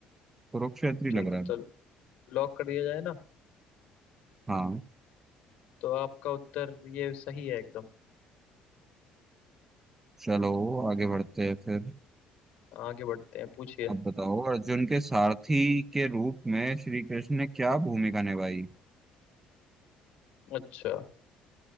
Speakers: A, on the right; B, on the left.
A: कुरुक्षेत्र ही
B: ठीक
A: लग रहा
B: है
A: है
B: चलो लॉक कर दिया जाए ना
A: हाँ
B: तो आपका उत्तर ये सही है एकदम
A: चलो आगे बढ़ते हैं फिर
B: आगे बढ़ते हैं पूछिए
A: आप बताओ अर्जुन के सारथी के रूप में श्री कृष्ण ने क्या भूमिका निभाई
B: अच्छा